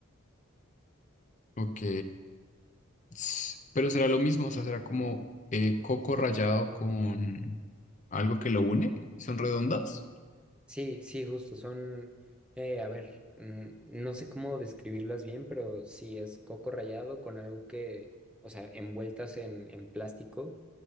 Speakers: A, on the left (about 35°); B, in the centre.
A: Ok. S- Pero será lo mismo, o sea, será como eh, coco rallado con algo que lo une. ¿Y son redondas?
B: Sí, sí, justo, son, eh, a ver, mm, no sé cómo describirlas bien, pero sí es coco rallado con algo que, o sea, envueltas en, en plástico,